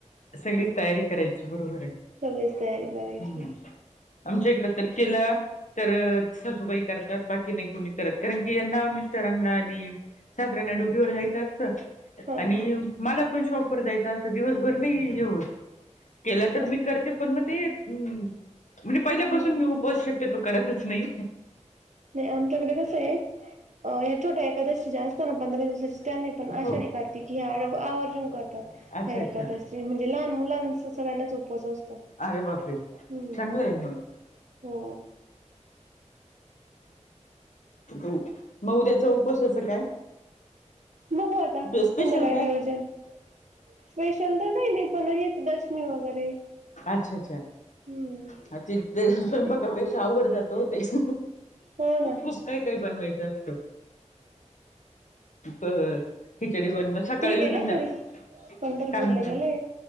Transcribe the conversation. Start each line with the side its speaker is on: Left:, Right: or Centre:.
Left: सगळीच तयारी करायची बरोबर आहे.
Right: सगळीच तयारी करायची.
Left: हम्म आमच्या इकडे तर केला तर सासूबाई करता, त बाकी नाही कोणी करत कारण की यांना आम् मिस्टरांना आणि सासऱ्यांना ड्युटीवर जायचं असतं
Right: हा
Left: आणि मला पण शॉपवर जायचं असतं दिवसभर नाही हे होत. केला तर
Right: हा
Left: मी करते पण मग ते म्हणजे पहिल्यापासून
Right: हा
Left: मी उपवास शक्यतो करतच नाही.
Right: नाही आमच्याकडे कसं आहे ह्या छोट्या एकादशी जास्त पंधरा दिवसा त्या नाही पण आषाढी
Left: हो
Right: -कार्तिकी ह्या आवर्जून करतात
Left: अच्छा
Right: ह्या
Left: अच्छा
Right: एकादस. नाही म्हणजे लहान मुलांच सगळ्यांनाच उपवास असतो
Left: अरे बापरे
Right: हं...
Left: चांगलं आहे मग
Right: हो..
Left: हो म ऊद्याच उपवासाचं काय?
Right: बगू आता
Left: स्पेशल
Right: संध्याकाळी
Left: काय
Right: नियोजन स्पेशल तर काही नाही. पण हेच दशमी वगैरे
Left: अच्छा, अच्छा
Right: हम्म
Left: तेच स्वयंपाकापेक्षा अवघड जात हो तेच.
Right: होय, होय.
Left: खुप काय- काय बनवायचं असतं. बरं खिचडी बनवा मग सकाळी
Right: तुम्ही गेले
Left: व संध्याकाळी.
Right: कधी पंढरपूरला
Left: काय म्हणताय
Right: गेले